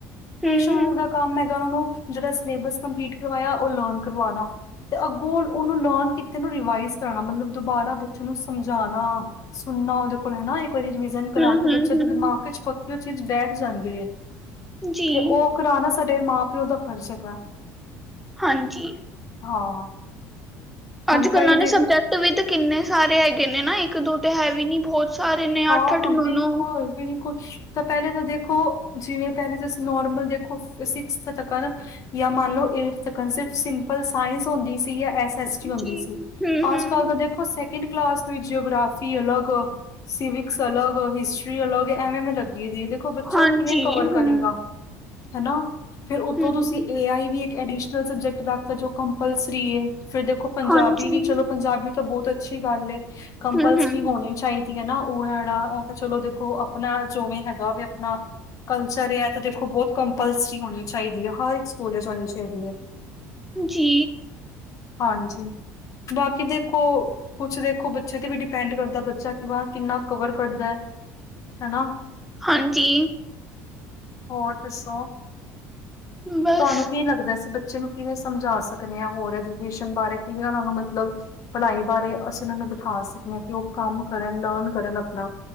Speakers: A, in the centre; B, on the left.
A: ਹਮ
B: ਟਿਊਸ਼ਨ ਦਾ ਕੰਮ ਹੈਗਾ ਉਹ ਨੂੰ ਜਿਹੜਾ ਸਿਲੇਬਸ ਕੰਪਲੀਟ ਕਰਵਾਇਆ ਉਹ ਲਰਨ ਕਰਵਾਣਾ ਤੇ ਅੱਗੋਂ ਉਹਨੂੰ ਲਰਨ ਕੀਤੇ ਨੂੰ ਰਿਵਾਈਜ਼ ਕਰਾਣਾ ਮਤਲਬ ਦੁਬਾਰਾ ਬੱਚੇ ਨੂੰ ਸਮਝਾਣਾ ਸੁਣਨਾ ਉਹਦੇ ਕੋਲ ਹਨਾ? ਇੱਕ ਵਾਰੀ ਰਿਵਿਜ਼ਨ ਕਰਾ
A: ਹਮ
B: ਕੇ
A: ਹਮ
B: ਬੱਚੇ
A: ਹਮ
B: ਦੇ ਦਿਮਾਗ
A: ਹਮ
B: ਚ ਪੱਕੀ ਚੀਜ਼ ਬੈਠ ਜਾਂਦੀ ਹੈ।
A: ਜੀ
B: ਤੇ ਉਹ ਕਰਾਨਾ ਸਾਡੇ ਮਾਂ ਪਿਓ ਦਾ ਫ਼ਰਜ਼ ਹੈਗਾ।
A: ਹਾਂਜੀ,
B: ਹਾਂ ਹੁਣ
A: ਅੱਜ-ਕੱਲ
B: ਕਈ ਦੇ
A: ਨੇ ਸਬਜੈਕਟ ਵੀ ਤਾਂ ਕਿੰਨੇ ਸਾਰੇ ਹੈਗੇ ਨੇ ਨਾ? ਇੱਕ ਦੋ ਤੇ ਹੈ ਵੀ ਨੀ ਬਹੁਤ ਸਾਰੇ ਨੇ
B: ਹਾਂ
A: ਅੱਠ ਅੱਠ ਨੌ
B: ਬਿਲਕੁਲ-ਬਿਲਕੁਲ।
A: ਨੌ
B: ਤਾਂ ਪਹਿਲੇ ਤਾਂ ਦੇਖੋ ਜਿਵੇਂ ਪਹਿਲੇ ਤੁਸੀਂ ਨੋਰਮਲ ਦੇਖੋ ਸਿਕਸਥ ਤੱਕਰ ਜਾਂ ਮੰਨ ਲੋ ਏਠਤ ਤੱਕ ਸਿੰਪਲ ਸਾਇੰਸ ਹੁੰਦੀ ਸੀ ਐਸ ਐਸ ਹੁੰਦੀ
A: ਜੀ
B: ਸੀ
A: ਹੂੰ ਹੂੰ
B: ਅੱਜ-ਕੱਲ ਤਾਂ ਦੇਖੋ ਸੈਕਿੰਡ ਕਲਾਸ ਵਿੱਚ ਜਿਓਗ੍ਰਾਫੀ ਅਲੱਗ ਸਿਵਿਕਸ ਅਲੱਗ ਹਿਸਟਰੀ ਅਲੱਗ ਐਵੇਂ ਦੀ ਲੱਗੀ ਦੀ ਦੇਖੋ ਬੱਚਾ
A: ਹਾਂਜੀ
B: ਕਿਵੇਂ ਕਵਰ ਕਰੇਗਾ
A: ਹੂੰ
B: ਹਨਾ? ਫੇਰ ਉਤੋਂ
A: ਹੂੰ
B: ਤੁਸੀਂ ਏ ਆਈ ਵੀ ਅਡੀਸ਼ਨਲ ਸਬਜੈਕਟ ਰੱਖਦਾ ਜੋ ਕੰਪਲਸਰੀ ਹੈ ਫੇਰ ਦੇਖੋ ਪੰਜਾਬੀ
A: ਹਾਂਜੀ
B: ਵੀ ਚਲੋ ਪੰਜਾਬੀ ਤਾਂ ਬਹੁਤ ਅੱਛੀ ਗੱਲ ਏ ਕੰਪਲਸਰੀ
A: ਹੂੰ ਹੂੰ
B: ਹੋਣੀ ਚਾਹੀਦੀ ਹੈ ਨਾ ੳ ਅ ਜਿਹੜਾ ਉਹ ਤਾਂ ਚਲੋ ਦੇਖੋ ਆਪਣਾ ਜੋ ਵੀ ਹੈਗਾ ਵੀ ਆਪਣਾ ਕਲਚਰ ਹੈ ਤਾਂ ਦੇਖੋ ਬਹੁਤ ਕੰਪਲਸਰੀ ਹੋਣੀ ਚਾਹੀਦੀ ਹੈ ਹਰ ਇੱਕ ਸਕੂਲ ਚ ਹੋਣੀ ਚਾਹੀਦੀ ਹੈ।
A: ਜੀ
B: ਹਾਂਜੀ ਬਾਕੀ ਦੇਖੋ ਕੁਛ ਦੇਖੋ ਬੱਚੇ ਤੇ ਵੀ ਡਿਪੈਂਡ ਕਰਦਾ ਬੱਚਾ ਵਾ ਕਿੰਨਾ ਕਵਰ ਕਰਦਾ ਹਨਾ?
A: ਹਾਂਜੀ
B: ਹੋਰ ਦੱਸੋ?
A: ਬਸ
B: ਤੁਹਾਨੂੰ ਕੀ ਲੱਗਦਾ ਸੀ ਬੱਚੇ ਨੂੰ ਕਿਵੇਂ ਸਮਝਾ ਸਕਦੇ ਹਾਂ ਹੋਰ ਐਜੂਕੇਸ਼ਨ ਬਾਰੇ ਕਿਵੇਂ ਉਹਨਾਂ ਨੂੰ ਮਤਲਬ ਭਲਾਈ ਬਾਰੇ ਅਸੀਂ ਉਹਨਾਂ ਨੂੰ ਬਿਠਾ ਸਕਦੇ ਹਾਂ ਕਿ ਉਹ ਕੰਮ ਕਰਨ ਲਰਨ ਕਰਨ ਆਪਣਾ